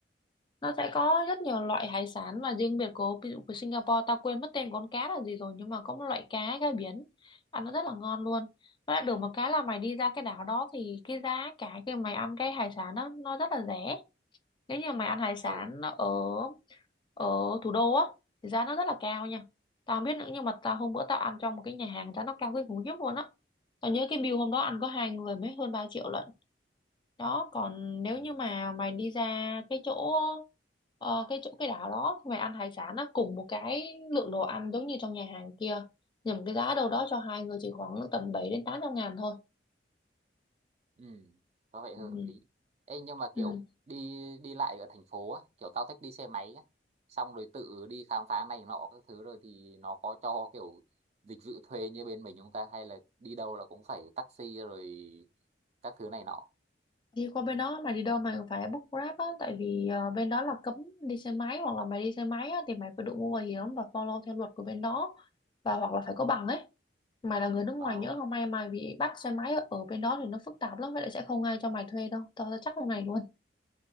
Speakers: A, on the left; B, on the right.
A: nó sẽ có rất nhiều
B: Ừ.
A: loại hải sản và riêng biệt của ví dụ của Singapore tao quên mất tên con cá là gì rồi nhưng mà có một loại cá cá biển ăn nó rất là ngon luôn với lại được một cái là mày đi ra cái đảo đó thì cái giá cả khi mày ăn cái hải sản đó nó rất là rẻ nếu như mày ăn hải sản
B: ồ
A: ở ở thủ đô á thì giá nó rất là cao nha tao không biết nữa nhưng mà tao hôm bữa tao ăn trong một cái nhà hàng giá nó cao kinh khủng khiếp luôn á tao nhớ cái bill hôm đó ăn có hai người mới hơn 3 triệu lận đó còn nếu
B: Ừ.
A: như mà mày đi ra cái chỗ ờ, cái chỗ cái đảo đó mày ăn hải sản nó cùng một cái lượng đồ ăn giống như trong nhà hàng kia nhưng mà cái giá đâu đó cho hai người chỉ khoảng tầm bảy đến tám trăm ngàn thôi
B: Ừ, có vẻ
A: ừ.
B: hợp lý. Ê, nhưng mà
A: Ừ.
B: kiểu đi đi lại ở thành phố á, kiểu tao thích đi xe máy á, xong rồi tự đi khám phá này nọ các thứ rồi thì nó có cho kiểu dịch vụ thuê như bên mình chúng ta hay là đi đâu là cũng phải taxi rồi các thứ này nọ.
A: đi qua bên đó mày đi đâu mày cũng phải book Grab á tại vì ờ, bên đó là cấm đi xe máy hoặc là mày đi xe máy á, thì mày phải đội mũ bảo hiểm và follow theo luật của bên đó và hoặc là phải có bằng ấy mày là người nước ngoài
B: Ờ,
A: nhỡ không may mày bị bắt xe máy ở ở bên đó thì nó phức tạp lắm vậy lại sẽ không ai cho mày thuê đâu tao tao chắc lúc này luôn